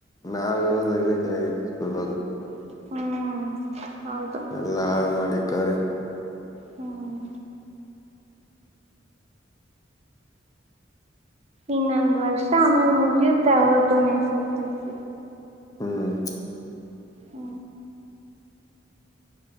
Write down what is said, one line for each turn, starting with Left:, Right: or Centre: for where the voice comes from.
Left: ನಾವ ಯಾವದಾಗ್ಲಿ ಚೆನ್ನಾಗಿತ್ತು ಸ್ಕೂಲ್ ಅದು
Right: ಹ್ಮ್ ಹೌದು
Left: ಎಲ್ಲಾ ಹಾಳ್ು ಮಾಡಿ ಕಾರ
Right: ಹ್ಮ್ ಇನ್ನೊಂದ್ ವರ್ಷ ಆಮೇಲೆ ಮುಗಿಯುತ್ತೆ ಅವತ್ತುುನ್ ಎಸ್ ಎಸ್ ಎಲ್ಸ
Left: ಹ್ಮ್
Right: ಹ್ಮ